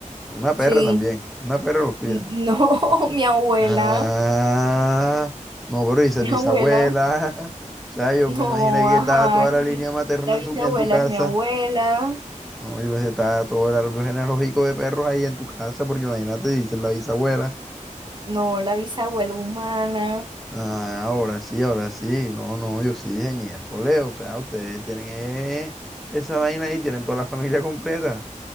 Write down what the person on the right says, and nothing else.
Sí,
no, <laughs> mi abuela,
mi
abuela,
no,
ajá,
mi-
la bisabuela
es mi abuela,
no, la bisabuela humana,